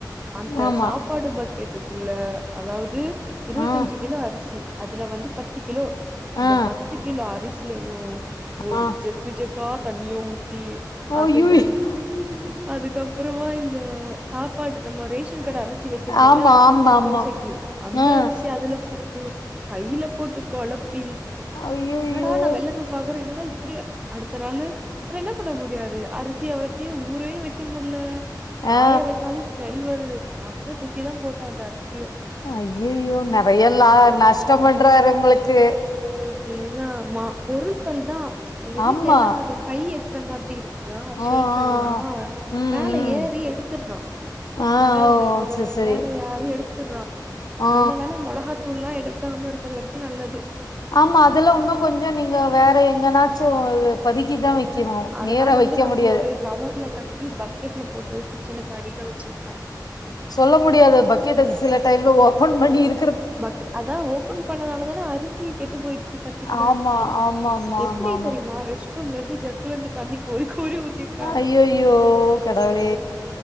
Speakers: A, on the right; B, on the left.
A: அந்த
B: ஆமா
A: சாப் பாடு பக்கெட்டுக்குள்ள அதாவது இருவத்தஞ்சு
B: ஆ
A: கிலோ அரிசி அதுல வந்து பத்து கிலோ அந்த
B: ஆ
A: பத்து கிலோ அரிசிலயு ஒய்
B: ஆ
A: ஜெக்கு ஜெக்கா தண்ணிய ஊத்தி அதுல
B: அய்யய்யோ
A: அதுக்கப்பறமா இந்த சாப்பாடு நம்ம ரேஷன் கட அரிசி வ
B: ஆமா ஆமா ஆமா
A: தோசைக்கி அந்த
B: ஆ
A: அரிசி அதுல போட்டு கைல போட்டு கொழப்பி
B: அய்யய்யோ
A: என்னடா நா வெளில போய் பாக்கறே என்னடா இப்படியா அடுத்த நாளு வேற என்ன பண்ண முடியாது அரிசி அவ்ளத்தையு ஊரவே வெக்க முடுல காய
B: ஆ
A: வச்சாலு டுவெல் வருது லாஸ்ட்ல தூக்கி தா போட்டோ அந்த அரிசிய
B: ஐயய்யோ நறைய லா நஷ்டோ பண்றாரு உங்களுக்கு
A: அதேதா மா பொருள்கள் தா எங்க வீட்ல
B: ஆமா
A: எல்லா அவனுக்கு கை எட்ற மாதிரி இருக் கா
B: ஆ ஆ
A: ஷெல்ஃப் எல்லா
B: ஆ ம்
A: மேல
B: ம்
A: ஏறி எடுத்தர்றா
B: ஆ
A: அதாவது
B: ஓ செரி செரி
A: மேல யாரு எடுத் தர்றான்
B: ஆ
A: நல்ல வேல மொளகாத்தூளல எடுக்காம இருக்கறது வரைக்கு நல்லது
B: ஆமா அதுல உன்னு கொஞ்சோ நீங்க வேற எங்கனாச்சு பதுக்கிதா வெக் கிணு
A: அதெல்லாம்
B: நேரா
A: வந்து
B: வெக்க
A: நாங்க
B: முடியாது
A: ஒரு கவர்ல கட்டி பக்கெட்ல போட்டு கிச்சனுக்கு அடில வச்சிருக்கோ
B: சொல்ல முடியாது பக்கெட்டு சில டைம்ல ஓபன் பண்ணி இரு
A: ப அதா ஓபன் பண்ணனாலதான அரிசி கெட்டு போயிருச்சு பத்து கிலோ
B: ஆமா
A: அரிசி
B: ஆமா ஆமா
A: எப்படி
B: ஆமா ஆமா
A: தெரிமா ரெஸ்ட்ரூம்ல இருந்து ஜக்ல இருந்து தண்ணி கோரி கோரி ஊத்திருக்காங்க
B: ஐயையோ கடவுளே